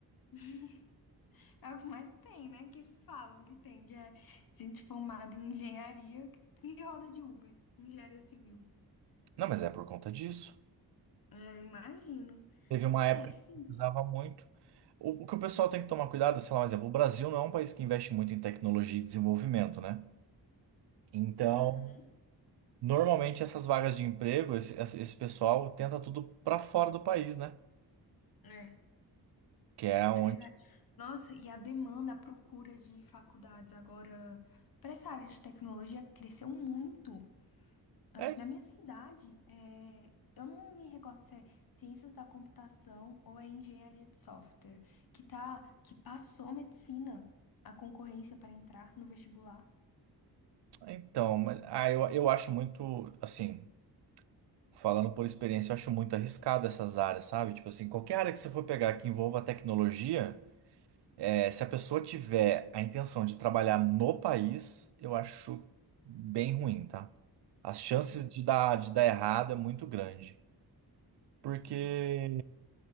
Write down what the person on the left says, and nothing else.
<laughs> É o que mais tem, né? Que falam que tem, que é gente formada em engenharia que roda de Uber, engenharia civil.
É, imagino.
É,
sim.
Uhum.
É,
é verdade. Nossa, e a demanda, a procura de faculdades agora para essa área de tecnologia cresceu muito. Aqui
na minha cidade, é, eu não me recordo se é ciências da computação ou é engenharia de software, que tá, que passou medicina, a concorrência para entrar no vestibular.
É,
justo.